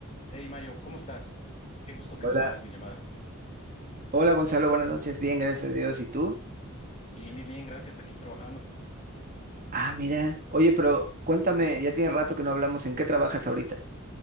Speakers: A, on the left; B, on the right.
A: Hey Mayo, ¿cómo estás? Qué gusto que
B: Hola,
A: tomaras mi llamada.
B: hola Gonzalo, buenas noches, bien, gracias a Dios. ¿Y tú?
A: Bien, bien, bien, gracias, aquí trabajando.
B: Ah, mira. Oye, pero cuéntame, ya tiene rato que no hablamos, ¿en qué trabajas ahorita?